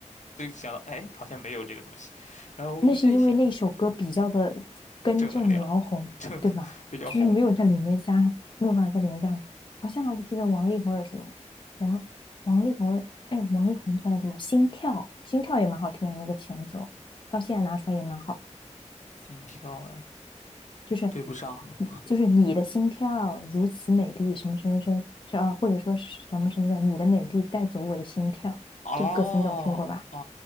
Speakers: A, on the left (about 75°); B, on the left (about 40°).
A: 就想到，哎，好像没有这个东西。然后我一再一想，
B: 那是因为那首歌比较的根正苗红，
A: 正能量，正能比较红，
B: 对吧？就是没有在里面加，没有办法在里面加。好像我记得王力宏有什么，王王力宏，哎，王力宏突然什么心跳，心跳也蛮好听的那个前奏，到现在拿出来也蛮好的，
A: 心跳哎。
B: 就是
A: 对不上。
B: 就是你的心跳如此美丽，什么什么什么，是啊，或者说是什么什么什么，你的美丽带走我的心跳，
A: 哦哦哦
B: 这个歌词你总听过吧？